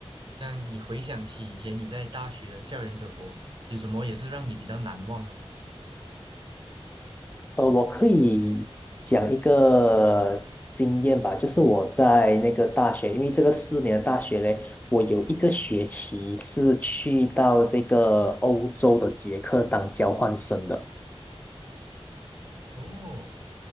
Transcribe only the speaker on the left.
呃，我可以讲一个经验吧，就是我在那个大学，因为这个四年的大学嘞，我有一个学期是去到这个欧洲的捷克当交换生的。